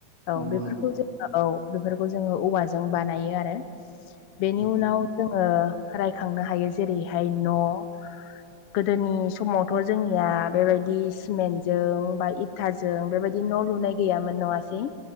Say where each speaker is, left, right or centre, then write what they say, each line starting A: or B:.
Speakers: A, on the left; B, on the right.
A: औ
B: नंगौ
A: बेफोरखौ
B: नंगौ
A: जों औ बेफोरखौ जोङो औवाजों बानायो आरो बेनि
B: उम
A: उनाव जोङो रायखांनो हायो जेरैहाय न'। गोदोनि समावथ' जोंनिया बेबायदि सिमेन्टजों बा इटाजों बेबायदि न' लुनाय गैयामोन नङा सै।